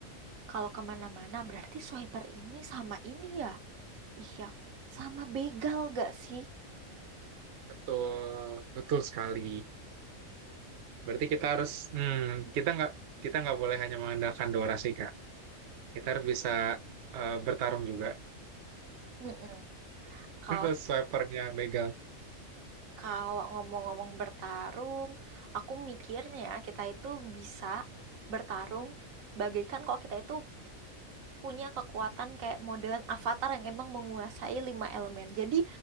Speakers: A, on the right; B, on the right.
A: Kalau kemana-mana, berarti swiper ini sama ini ya. Iya, sama begal gak sih?
B: Betul, betul sekali. Berarti kita harus, hmm, kita nggak kita nggak boleh hanya mengandalkan Dora sih Kak. Kita harus bisa eh, bertarung juga.
A: Mm-mm.
B: <laughs>
A: Kalau
B: Terus swipernya begal.
A: kalau ngomong-ngomong bertarung, aku mikirnya kita itu bisa bertarung bagaikan kalau kita itu punya kekuatan kayak modelan avatar yang emang menguasai lima elemen. Jadi